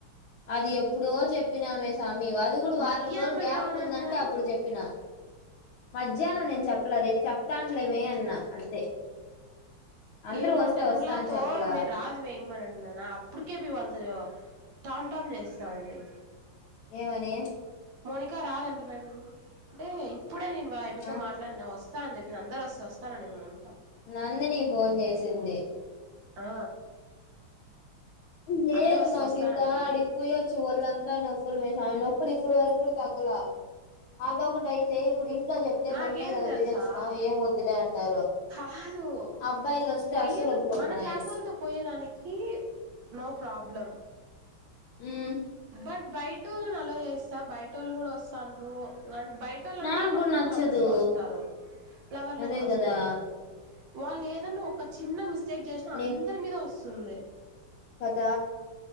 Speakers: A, on the left; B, on the right.
A: అది ఎప్పుడో చెప్పినామే సా మీ అది కూడా వారం
B: మధ్యాహ్నం
A: రోజులు గ్యాప్
B: అన్నేమనన్నారు
A: ఉందంటే అప్పుడు చెప్పిన మధ్యాహ్నం నేను చెప్పలే రేప్ చెప్తానులేమే అన్నా అంతే అందరూ
B: ఏమో
A: వస్తే
B: నిర్మలాతో
A: వస్తా అని చెప్పలా
B: మీరు రాదు మే ఇమ్మనన్నా అప్పటికే వాళ్ళతో టామ్ టామ్ చేస్తాంది
A: ఏమని
B: మౌనికా రాదంట మడి అంటే ఇప్పుడే నేను వాయమ్మి తో
A: ఆ
B: మాట్లాడిన వస్ స్త అ చెప్పి అందరు వస్తే వస్తా అనింది మౌనిక
A: నందిని ఫోన్ చేసింది
B: ఆ
A: లేదు
B: అందరు వస్తే
A: నాకు
B: వస్తాననింది
A: ఇంకా అడిపోయోచ్చి ఒళ్ళంతా నొప్పులుమే సామీ నొప్పులు ఇప్పుడు వరకు కూడా తగ్ గ్గల అదోకటైతే ఇప్పుడు ఇంట్లో చెప్తే
B: నాకేం
A: మొన్నే కదా
B: తెలుసా
A: పోయోచ్చినవ్ ఏం వద్దులే అంటారు
B: కదూ
A: అబ్బాయిలు వస్తే
B: పోయేదో
A: అస్సలు ఒప్పుకోడు
B: మన
A: మా
B: క్లాసోళ్ళతో
A: ఆయన
B: పోయేదానికి నో ప్రాబ్లం
A: హుమ్
B: బట్ బయటోళ్ళని అలో చేస్తా బయటోళ్ళు కూడా ఒస్తండ్రు అన్ బయటోళ్ళంటే
A: నాకు
B: ఇం పక్కా
A: కూడా నచ్చదు
B: లవర్స్తో వస్తారు లవర్లతో
A: అదే
B: వస్తారు
A: కదా
B: వాళ్ళు ఏదన్నా ఒక చిన్న మిస్టేక్ చేసినా
A: నీ
B: అందరి మీద వస్తుంది
A: కదా